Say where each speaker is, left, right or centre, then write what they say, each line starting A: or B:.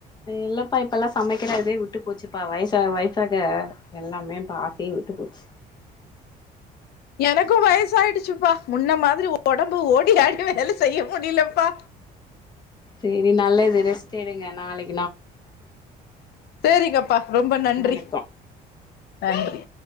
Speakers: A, on the left (about 25°); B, on the left (about 70°).
A: இல்லப்பா இப்பெல்லா சமைக்கிறதே விட்டு போச்சுப்பா வயசாவ வயசாக எல்லாமே இப்ப ஆசயே விட்டு போச்சு
B: எனக்கு வயசாயிடுச்சுப்பா முன்ன மாதிரி ஒடம்பு ஓடி ஆடி வேல செய்ய முடிலப்பா
A: சேரி நல்லது ரெஸ்ட் எடுங் க நாளைக்
B: சேரிங்கப்பா ரொம்ப நன்றி
A: வணக்கோ
B: நன்றி